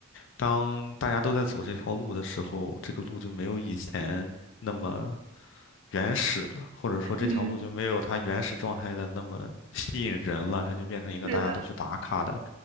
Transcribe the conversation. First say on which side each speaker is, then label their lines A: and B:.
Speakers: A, on the left; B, on the right.
A: 当大家都在走这条路的时候，这个路就没有以前那么原始了，或者说这条路就没有它原始状态的那么吸引人了，
B: 嗯，
A: 它就变成一个大家都去打卡的，
B: 是的，